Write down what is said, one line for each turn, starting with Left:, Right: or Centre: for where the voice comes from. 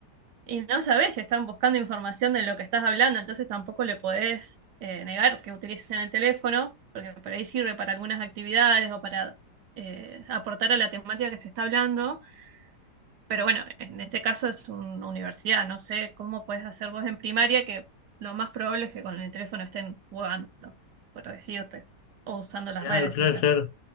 Right: y no sabes si están buscando información de lo que estás hablando, entonces tampoco le podés eh, negar que utilicen el teléfono, porque por ahí sirve para algunas actividades o para eh, aportar a la temática que se está hablando pero bueno, en este caso es una universidad, no sé cómo puedes hacer vos en primaria que lo más probable es que con el teléfono estén jugando, por decirte, o usando las
Left: Claro,
Right: redes,
Left: claro,
Right: no sé.
Left: claro.